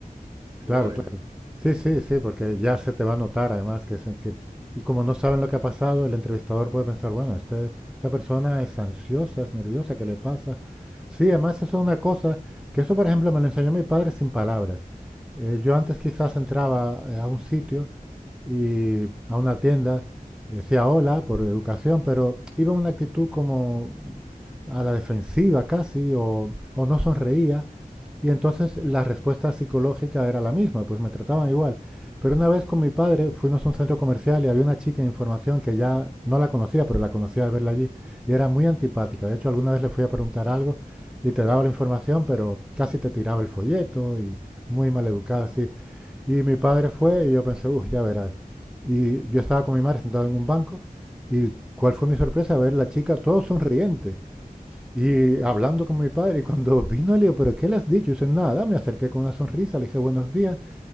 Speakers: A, on the right; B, in the centre.
A: Pero
B: Claro,
A: bueno,
B: claro. Sí, sí, sí, porque ya se te va a notar además que, se- que- y como no saben lo que ha pasado, el entrevistador puede pensar, bueno, este, esta persona es ansiosa, es nerviosa, ¿qué le pasa? Sí, además eso es una cosa, que eso por ejemplo me lo enseñó mi padre sin palabras. Eh, yo antes quizás entraba eh, a un sitio y a una tienda y decía hola por educación, pero iba en una actitud como a la defensiva casi o, o no sonreía. Y entonces la respuesta psicológica era la misma, pues me trataban igual. Pero una vez con mi padre fuimos a un centro comercial y había una chica en información que ya no la conocía, pero la conocía de verla allí y era muy antipática. De hecho, alguna vez le fui a preguntar algo y te daba la información, pero casi te tiraba el folleto y muy mal educada
A: mm,
B: así. Y mi padre fue y yo pensé, uff, ya verás. Y yo estaba con mi madre sentado en un banco y cuál fue mi sorpresa ver la chica todo sonriente y
A: mm,
B: hablando con mi padre, y cuando vino le digo, ¿pero qué le has dicho? Y dice, nada, me acerqué con una sonrisa, le dije buenos días.